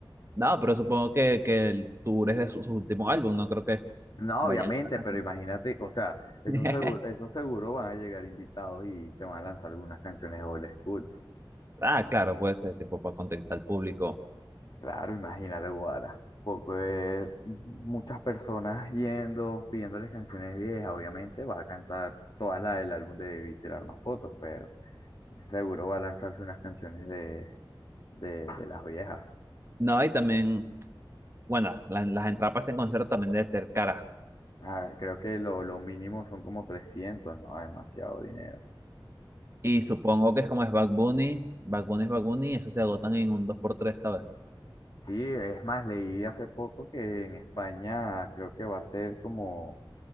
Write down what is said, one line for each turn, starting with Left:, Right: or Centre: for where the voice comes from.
Right: No, pero supongo que, que el tour es de su, su último álbum, no creo que
Left: No,
Right: vayan
Left: obviamente,
Right: estas canciones.
Left: pero imagínate, o sea, eso
Right: <laughs>
Left: seguro, eso seguro van a llegar invitados y se van a lanzar algunas canciones old school.
Right: Ah, claro, puede ser tipo para contactar al público.
Left: Claro, imagínate, Guara. Porque eh, muchas personas yendo, pidiéndoles canciones viejas, obviamente va a cansar todas las del álbum de y tirar más fotos, pero. Seguro va a lanzarse unas canciones de, de, de las viejas.
Right: No, y también, bueno, la- las entradas para ese concierto también debe ser caras.
Left: Ah, creo que lo, lo mínimo son como trescientos no, demasiado dinero.
Right: Y supongo que es como es Bad Bunny, Bad Bunny es Bad Bunny, eso se agotan en un dos por tres sabes
Left: Sí, es más, leí hace poco que en España creo que va a ser como,